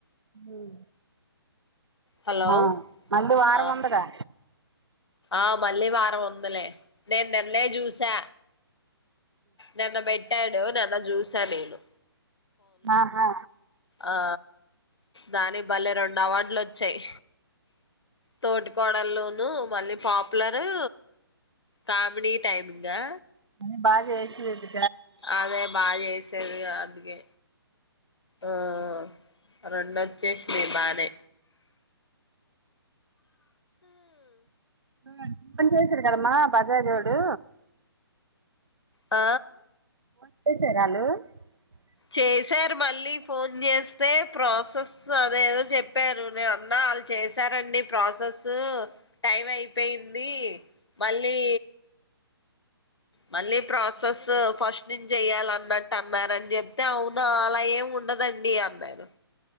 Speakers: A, on the right; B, on the left.
A: ఉమ్
B: హలో
A: ఆ మళ్ళీ వారం
B: ఆ
A: వందరా
B: ఆ మళ్లీ వారం వందలే నేను నిన్న చూసా నన్న బెట్టాడు నన్న జ్యూసా మేను
A: ఆహా
B: ఆ దాని భలేె రెండు అవార్డులు వచ్చాయి తోటి కోడల్లోనుూ మళ్ళీ పాపులరు కామెడీ టైమింగా
A: ఉమ్ బాగ వేసేది
B: అదే బాగా చేసేదిగా అందుకే ఆ రెండు వచ్చేసినాయ్ బానె
A: <unintelligible> చేసిరు కదమ్మా బజాజోడు
B: ఆ
A: <unintelligible>
B: చేశారు మళ్ళీ ఫోన్ చేస్తే ప్రాసెస్ అదేదో చెప్పారు నేను ఉన్నా వాళ్ళు చేశారండి ప్రాసెస్ టైం అయిపోయింది మళ్ళీ మళ్ళీ ప్రాసెస్ ఫస్ట్ నించి చెయ్యాలి అన్నట్టు అన్నారు అని చెప్తే అవునా అలా ఏం ఉ డదండి అన్నారు